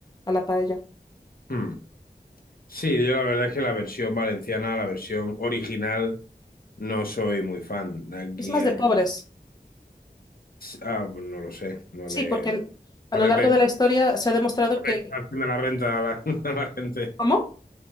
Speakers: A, on the left (about 25°); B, on the left (about 65°).
A: a la paella.
B: Hmm. Sí, yo la verdad es que la versión valenciana, la versión original, no soy muy fan. Aquí
A: Es más
B: hay...
A: de pobres.
B: Ah, pues no lo sé, no
A: Sí,
B: le,
A: porque a
B: no
A: lo
B: le
A: largo
B: he pedido
A: de la historia se ha demostrado
B: la
A: que...
B: declaración de la renta a la, <laughs> a la gente.
A: ¿Cómo?